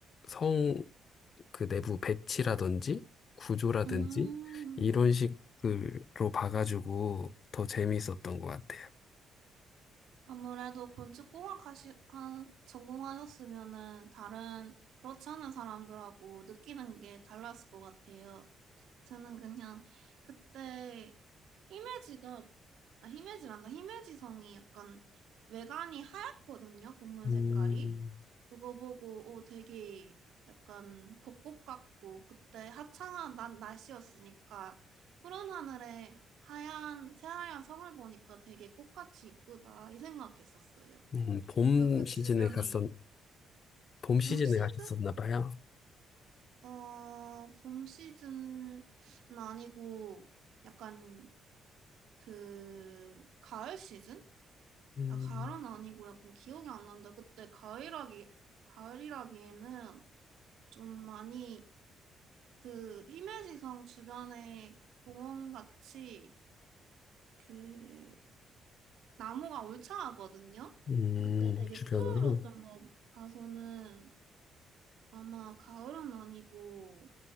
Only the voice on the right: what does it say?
음,
아무래도 건축 공학 하시, 하, 전공하셨으면은 다른 그렇지 않은 사람들하고 느끼는 게 달랐을 것 같아요. 저는 그냥 그때 히메지가, 아, 히메지란다. 히메지성이 약간 외관이 하얗거든요, 건물
색깔이. 그거 보고 어 되게 약간 벚꽃 같고 그때 화창한 난 날씨였으니까 푸른 하늘에 하얀 새하얀 성을 보니까 되게 꽃같이 이쁘다 이 생각했었어요.
그리고 그
주변이
봄
시즌?
어, 봄 시즌은 아니고 약간 그 가을 시즌?
아, 가을은 아니고 약간 기억이 안 난다. 그때 가을이라기 가을이라기에는 좀 많이 그 히메지성 주변에 공원 같이 그 나무가 울창하거든요.
그때 되게
푸르렀던 거 봐서는 아마 가을은 아니고